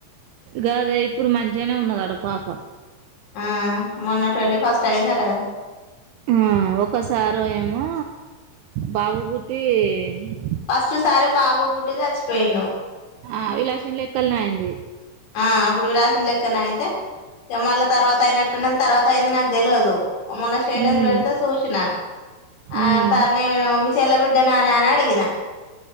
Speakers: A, on the right (about 80°); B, on the left (about 70°).
A: కాదే ఇప్పుడు మంచిగానే ఉన్నదడ పాప
B: ఆ మొన్న ట్వంటీ ఫస్ట్ అయియందట
A: ఆ ఒకసారో ఏమో బాబు బుట్టి అం
B: ఫస్ట్ సారి బాబు పుట్టు సచ్చిపో వెను
A: ఆ అ విలాషం లెక్కల్నా అయింది
B: ఆ అప్పుడు విలాసం లెక్కన అయితే ఎమర్ల తర్వాత అయినట్ పుటిన తర్వాత అయింది నాకు తెలవదు మన్న స్టేటస్
A: ఉమ్
B: పెడితే చూసిన అ
A: ఉమ్
B: త నను మీ చెల్లబిడ్డ నాని అని అడిగిన